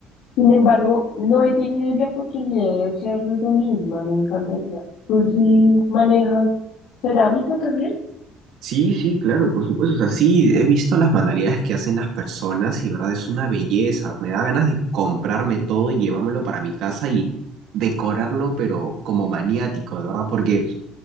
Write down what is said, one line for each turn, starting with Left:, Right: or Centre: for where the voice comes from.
Left: Sin embargo, no he tenido la oportunidad de hacerlo yo misma, me encantaría. ¿Tú sí manejas cerámica también?
Right: Sí, sí, claro, por supuesto. O sea, sí, he visto las manualidades que hacen las personas y, verdad, es una belleza. Me da ganas de comprarme todo y llevármelo para mi casa y decorarlo, pero como maniático, de verdad, porque